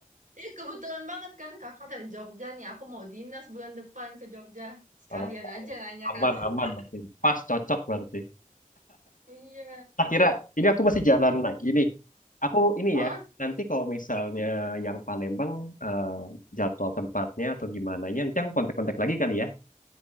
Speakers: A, on the right; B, on the left.
A: Iya kebetulan banget kan kakak dari Jogja nih. Aku mau dinas bulan depan ke Jogja. Sekalian
B: Aman
A: aja nanya
B: aman
A: kan. <laughs>
B: aman berarti. Pas cocok berarti.
A: Iya.
B: Akhirnya ini aku masih jalan lagi nih. Aku ini
A: Hah?
B: ya nanti kalau misalnya yang Palembang eh, jadwal tempatnya atau gimana ya nanti aku kontak-kontak lagi kali ya.